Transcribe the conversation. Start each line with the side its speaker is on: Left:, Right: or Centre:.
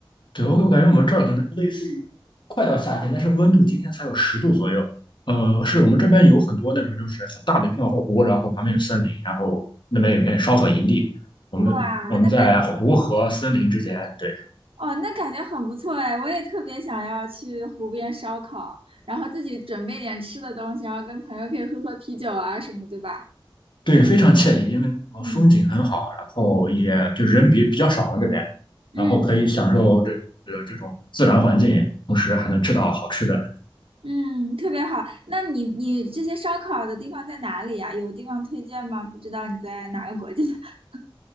Left: 对，我我感觉我们这儿可能类似于快到夏天，但是温度今天才有十度左右。呃，是我们这边有很多那种就是很大的一片湖，然后旁边有森林，然后那边有片烧烤营地。我们我们在湖和森林之间，
Right: 哇，那感
Left: 对
Right: 哦，那感觉很不错哎，我也特别想要去湖边烧烤，然后自己准备点吃的东西，然后跟朋友可以喝喝啤酒啊什么，对吧？
Left: 对，非常惬意，因为那个风景很好，
Right: 嗯
Left: 然后也就人比比较少嘛这边，
Right: 嗯
Left: 然后可以享受这个这种自然环境，同时还能吃到好吃的。
Right: 嗯，特别好。那你你这些烧烤的地方在哪里呀？有地方推荐吗？不知道你在哪个国家？<laughs>